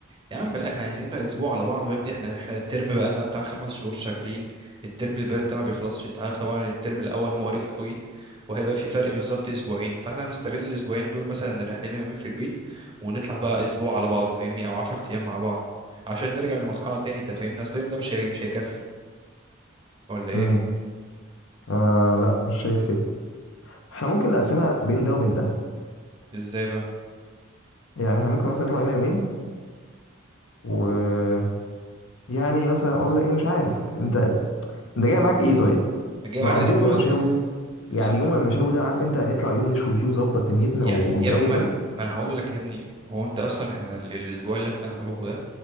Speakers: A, on the right; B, on the left.
A: يا عم لا احنا عايزين بقى اسبوع على بعضه يا ابني احنا احنا الترم بقى لنا بتاع خمس شهور شغالين الترم البارد ده ما بيخلصش انت عارف طبعا الترم الاول مقرف قوي وهيبقى في فرق بالظبط اسبوعين فاحنا نستغل الاسبوعين دول مثلا نريح لنا يومين في البيت ونطلع بقى اسبوع على بعضه فاهمني او 10 ايام مع بعض عشان نرجع لمرحله تاني انت فاهمني اصل اليوم ده مش هي... مش هيكفي ولا ايه
B: امم انا لا مش شايف كده احنا ممكن نقسمها بين ده وبين ده
A: ازاي بقى
B: يعني احنا ممكن مثلا نطلع هنا يومين و يعني مثلا ولا ايه مش عارف انت انت جاي معاك ايه طيب
A: جاي
B: نقضيها
A: معايا اسبوع
B: يوم مشاوي
A: لا
B: يعني يوم المشاوي ده عارف انت هنطلع يوم نشوي فيه وظبط دنيتنا
A: يا
B: والجو
A: ابني يا ابني ما
B: ده
A: انا ما أنا هقول لك يا ابني هو انت اصلا احنا ال- الاسبوع اللي احنا هنروحه ده